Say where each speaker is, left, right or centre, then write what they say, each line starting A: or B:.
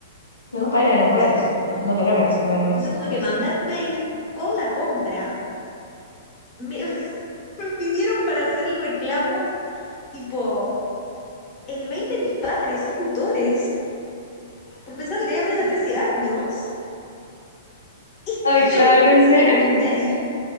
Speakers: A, on the left; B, on the left.
A: No, Paila, no puedes,
B: No puedo.
A: no, no la logras, no la logras,
B: Entonces
A: no
B: tuve
A: puedes.
B: que mandar un mail con la compra, me, <laughs> me pidieron para hacer el reclamo, tipo, el mail de mis padres o tutores, porque pensaron que tenía menos de 13 años. <laughs>
A: Ay, Caro,
B: Yo les puse
A: ¿en serio?
B: tipo mi mail.